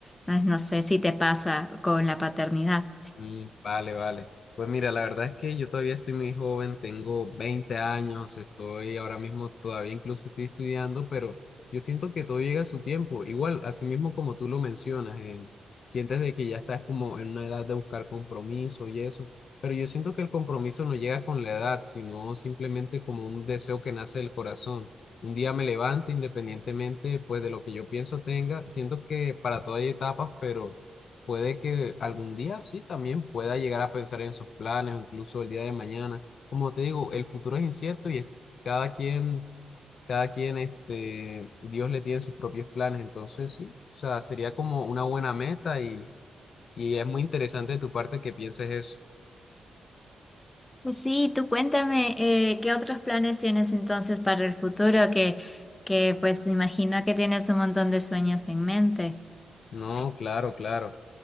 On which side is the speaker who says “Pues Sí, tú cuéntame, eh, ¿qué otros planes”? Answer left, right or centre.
Left